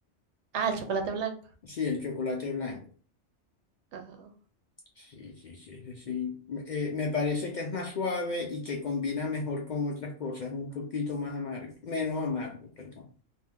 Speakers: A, on the right (about 75°); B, on the left (about 60°).
A: Ah, el chocolate blanco.
B: sí, el chocolate blanco.
A: Ah,
B: Sí, sí, sí, sí. sí. Eh, me parece que es más suave y que combina mejor con otras cosas, es un poquito más amargo, menos amargo, perdón.